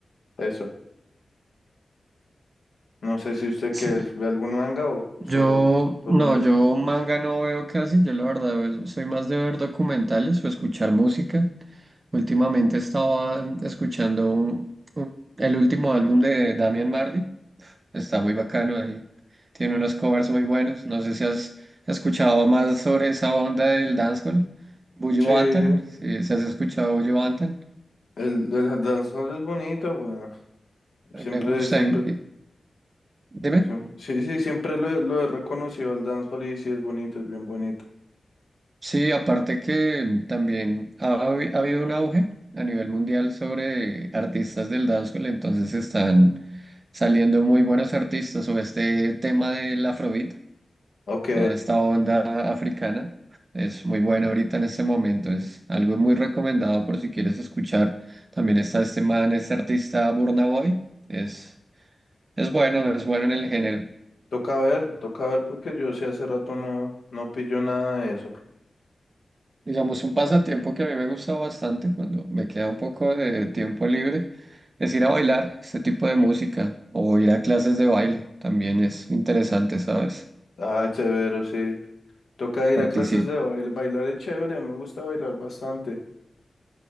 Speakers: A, on the left (about 75°); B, on the right (about 40°).
A: Eso. No sé si usted
B: Sí.
A: que ve algún manga o,
B: Yo,
A: o solo, solo
B: no,
A: Netflix.
B: yo manga no veo casi, yo la verdad eh, soy más de ver documentales o escuchar música. Últimamente estaba mm, escuchando un- un- el último álbum de Damian Marley. Está muy bacano ahí. Tiene unos covers muy buenos. No sé si has escuchado más sobre esa onda del dancehall. Buju
A: Sí.
B: Banton. Si, si has escuchado Buju Banton.
A: El, el Danzón es bonito, weón.
B: Eh,
A: Siempre,
B: Me gusta.
A: siempre,
B: y- y- Dime.
A: siem- sí, sí, siempre lo, he- lo he reconocido al dancehall y sí es bonito, es bien bonito.
B: Sí, aparte que también ha, habi- ha habido un auge a nivel mundial sobre artistas del dancehall. Entonces están saliendo muy buenos artistas sobre este tema del Afrobeat.
A: Ok,
B: Toda esta onda africana es muy buena ahorita en este momento, es algo muy recomendado por si quieres escuchar. También está este man, este artista Burna Boy, es, es bueno, es bueno en el género.
A: toca ver, toca ver porque yo sí hace rato no, no pillo nada de eso.
B: Digamos, un pasatiempo que a mí me gusta bastante cuando me queda un poco de tiempo libre es ir a bailar este tipo de música o ir a clases de baile, también es interesante, ¿sabes?
A: Ay, severo, sí. Toca ir
B: participar
A: a clases de baile. Bailar es chévere, me gusta bailar bastante.